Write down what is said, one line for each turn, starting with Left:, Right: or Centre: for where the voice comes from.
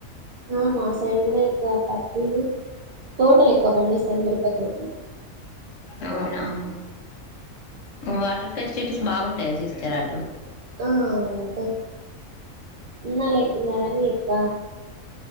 Right: ఆ మా సైడు గూడ ఇక్క పత్తి తోటలు ఎక్కవ పండిస్తారు మిరప తోటి
Left: అవునామ్ వాటర్ ఫెసిలిటీస్ బాగుంటాయ సిస్టర్ అటు
Right: ఆ అంటే ఉన్న లేకున్నా గాని ఇక